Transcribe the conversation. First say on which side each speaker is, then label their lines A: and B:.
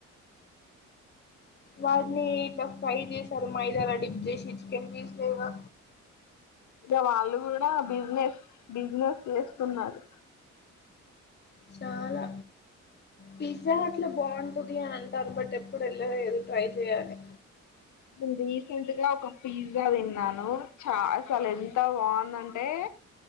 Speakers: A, on the left; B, on the left.
A: వాళని ఇట్లా ఫైది సారు మైదా టిప్జసి చికెన్ పీస్ లేవా
B: ఇంకా వాళ్ళు కూడా బిజినెస్ బిజినెస్ చేస్తున్నారు
A: చాలా పిజ్జా అట్ల బావుంటది అంటారు బట్ ఎప్పుడు వెళ్ళలేదు ట్రై చెయ్యాలి
B: దృది సెంట్ గా ఒక పిజ్జా తిన్నాను చా అసలెంత బాన్ నంటే